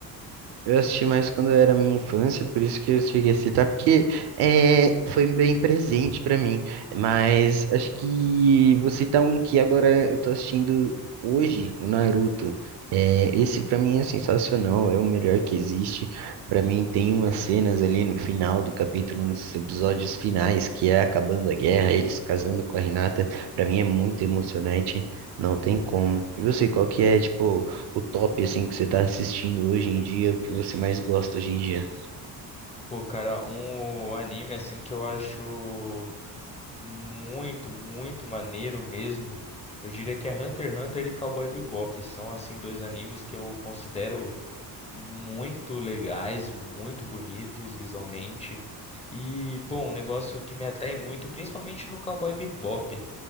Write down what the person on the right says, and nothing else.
Eu assisti mais quando era minha infância, por isso que eu cheguei a citar, porque é, foi bem presente pra mim. Mas acho que vou citar um que agora eu tô assistindo hoje, o Naruto. É, esse pra mim é sensacional, é o melhor que existe. Pra mim tem umas cenas ali no final do capítulo, nos episódios finais, que é acabando a guerra, eles casando com a Hinata. Pra mim é muito emocionante, não tem como. E você, qual que é, tipo o top, assim, que você tá assistindo hoje em dia, o que você mais gosta hoje em dia?